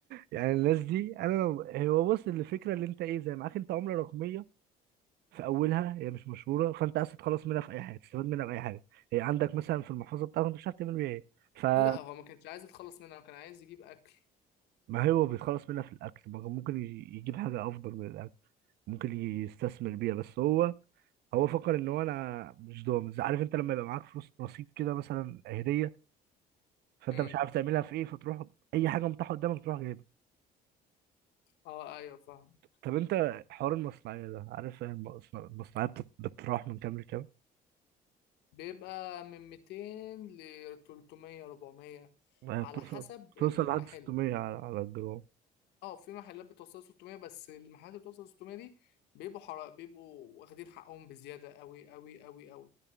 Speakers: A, on the right; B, on the left.
A: يعني الناس دي انا لو هو بص الفكرة اللي انت ايه زي معاك انت عملة رقمية في اولها هي مش مشهورة فانت عايز تتخلص منها في اي حاجة تستفاد منها في اي حاجة هي عندك مثلا في المحفظة بتاعتك انت مش عارف تعمل بيها ايه فما
B: لا هو ما كانش عايز يتخلص منها هو كان عايز يجيب اكل
A: هو بيتخلص منها في الاكل ما هو ممكن يجيب حاجة افضل من الاكل ممكن يستثمر بيها بس هو هو فكر ان هو انا مش ضامن عارف انت لما يبقى معاك فلوس رصيد كده مثلا هديه فانت
B: امم
A: مش عارف تعملها في ايه فتروح اي حاجه متاحه قدامك تروح جايبها
B: اه ايوه فاهم
A: طب انت حوار المصنعيه ده عارف المصنع- المصنعيه بتت- بتتراوح من كام لكام؟
B: بيبقى من 200 ل 300 400
A: آه،
B: على
A: بتوصل
B: حسب
A: بتوصل
B: المحل
A: لحد 600 على على الجرام
B: اه في محلات بتوصل 600 بس المحلات اللي بتوصل 600 دي بيبقوا حرق بيبقوا واخدين حقهم بزيادة قوي قوي قوي قوي